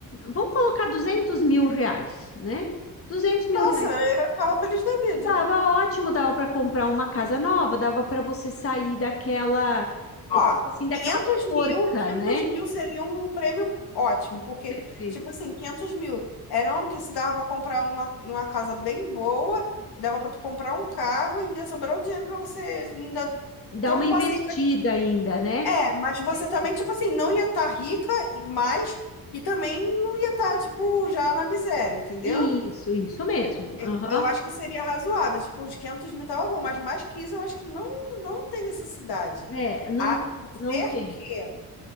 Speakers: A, on the left; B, on the left.
A: vamos colocar duzentos mil reais, né? duzentos mil
B: Nossa,
A: reais.
B: eu tava feliz da vida.
A: Tava ótimo, dava para comprar uma casa nova, dava para você sair daquela, eh,
B: Ó,
A: tipo assim, daquela
B: 500
A: porca,
B: mil, 500
A: né?
B: mil seria um prêmio ótimo, porque,
A: Perfeito.
B: tipo assim, 500 mil eram o que se dava para comprar uma, uma casa bem boa, dava para tu comprar um carro e ainda sobrar um dinheiro para você ainda
A: Dar
B: ter
A: uma
B: um
A: investida
B: passeio.
A: ainda, né?
B: É, mas
A: Investir.
B: você também, tipo assim, não ia estar rica, e mais e também não ia estar, tipo, já na miséria, entendeu?
A: Isso, isso mesmo.
B: Eu,
A: Aham.
B: eu acho que seria razoável, tipo, uns 500 mil tava bom, mas mais que isso eu acho que não, não tem necessidade.
A: É, não,
B: A não
A: não
B: ser
A: tem.
B: que,